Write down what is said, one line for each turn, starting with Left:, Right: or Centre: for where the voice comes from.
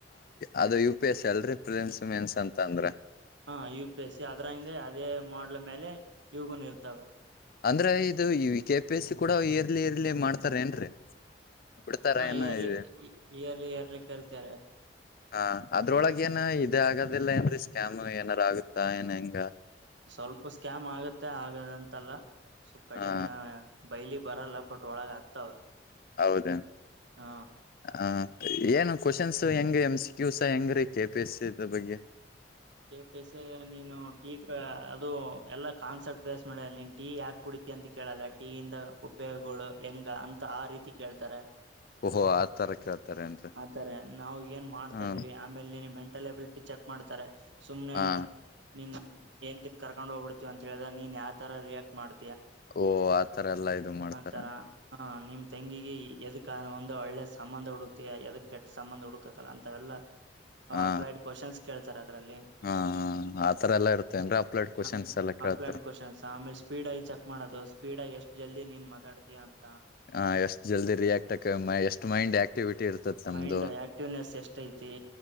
Left: ಅದು ಯು ಪಿ ಎಸ್ ಅಲ್ರರಿ ಪ್ರೆಸೆನ್ಸ್ ಮೆನ್ಸ್ ಅಂತ ಅಂದ್ರ
Right: ಹಾ ಯು ಪಿ ಎಸ್ ಸಿ ಅದ್ರ ಹಿಂದೆ ಅದೇ ಮಾಡಲ್ ಮೇಲೆ ಇಗುನ್ ಇರ್ತಾವೆ
Left: ಅಂದ್ರೆ ಇದು ಈ ಕೆ ಪಿ ಎಸ್ ಸಿ ಕೂಡ ಇಯರ್ ಇಯರ್ ಮಾಡ್ತಾರ ಏನ್ರೀ ಬಿಡ್ತಾರ
Right: ಹಾ
Left: ಏನ
Right: ಇಯರ್ಲಿ
Left: ಇ
Right: ಇಯರ್ಲಿ ಇಯರ್ಲಿ ಕರಿತಾರೆ
Left: ಹ ಅದ್ರೊಳಗ ಏನ್ ಇದೇ ಆಗದಿಲ್ಲ ಏನ್ರೀ ಸ್ಕ್ಯಾಮ್ ಏನಾರ ಆಗುತ್ತಾ ಏನ್ ಹೆಂಗ
Right: ಸ್ವಲ್ಪ ಸ್ಕ್ಯಾಮ್ ಆಗತ್ತೆ ಆಗದಂತಲ್ಲವ ಕಡಿ
Left: ಹಾ
Right: ಬೈಲಿ ಬರಲ್ಲ ಬಟ್ ಒಳಗ ಆಗ್ತಾವ
Left: ಹೌದ
Right: ಹ
Left: ಹ ಏನು ಕ್ವನ್ಸ್ ಹೆಂಗ ಎಮ್ ಸಿ ಕ್ಯ ಸ ಹೆಂಗ ರೀ ಕೆ ಪಿ ಎಸ್ಸ ಬಗ್ಗೆ
Right: ಕೆ ಪಸ ನೀನು ಟೀ ಅದು ಎಲ್ಲಾ ಕಾನ್ಸರ್ಟ್ ಪ್ಸ್ ಮಾಡ ನೀನ್ ಟೀ ಯಾಕ್ ಕುಡ ರೀ ಅಂತ ಕೇಳಲ್ಲ ಟೀಯಿಂದ ಉಪಯೋಗಳು ಹೆಂಗ ಅಂತ ಆ ರೀತಿ ಕೇಳ್ತಾರೆ
Left: ಓಹೋ ಆತರ ಕೇಳ್ತಾರ ಏನ್ರಿ
Right: ಆತಾರೆ ನಾವವು ಏನ್ ಮಾಡ್ತಾ
Left: ಹ
Right: ಇದ್ವಿ ಆಮೇಲೆ ನೀನು ಮೆಂಟಲ್ ಎಬಿಲ್ ಚೆಕ್ ಮಾಡ್ತಾರೆ ಸುಮ್ನೆ
Left: ಹಾ
Right: ನಿ ಏನ್ ತಿನ್ ಕರ್ಕೊಂಡ ಹೋಗ್ಬಿಡ್ತಿವಿ ಅಂತ ಹೇಳ್ರ ನೀನ್ ಯಾವ ತರ ರಿಾಕ್ಟ್ ಮಾಡ್
Left: ಓ ಆತರ ಎಲ್ಲಾ ಇದು ಮಾಡ್ತಾರ
Right: ಆಥರ ಹ ನಿಮ್ ತಂಗಿಗೆ ಎದಕ್ ಒಂದು ಒಳ್ಳೆ ಸಂಬಂಧ ಹುಡುಕ್ತಯಾ ಎದಕ್ ಕೆಟ್ಟ ಸಂಬಂಧ ಹುಡುಕಕಲ್ಲ ಅಂತವೆಲ್ಲ
Left: ಹಾ
Right: ಅಪ್ಲಡ್ ಕ್ವಶನ್ಸ್ ಕೇಳ್ತಾರೆ ಅದ್ರಲ್ಲಿ
Left: ಹಾ ಆತರ ಎಲ್ಲಾ ಇರ್ತೇನ್ರಿ ಅಪ್ಲೈಡ್ ಕ್ವಶನ್ಸ್
Right: ಆ
Left: ಎಲ್ಲ ಕೇಳ್ತಾರ
Right: ಅಪ್ಲಡ್ ಕ್ವಶನ್ಸ್ ಆಮೇಲೆ ಸ್ಪೀಡ್ ಆಐ ಚೆಕ್ ಮಾಡದು ಸ್ಡ್ ಎಷ್ಟ್ ಜಲ್ದಿ ನೀನ್ ಮಾತಾಡ್ತಿಯಯ ಅಂತ
Left: ಹ ಎಷ್ಟ್ ಜಲ್ದಿ ರಿಯಾಕ್ಟ್ ಆಕ ಎಷ್ಟ್ ಮೈಂಡ್ ಆಕ್ಟಿವಿಟಿ ಇರ್ತತಿ ನಮ್ದು
Right: ಮೈಂಡ್ ಆಕ್ಟಿವ್ನೆಸ್ ಎಷ್ಟೈತಿ